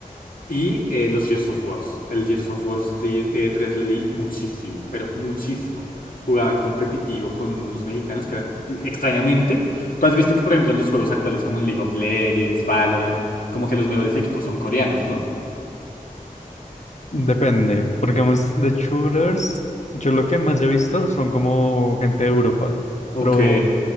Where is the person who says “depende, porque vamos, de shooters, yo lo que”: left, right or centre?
Left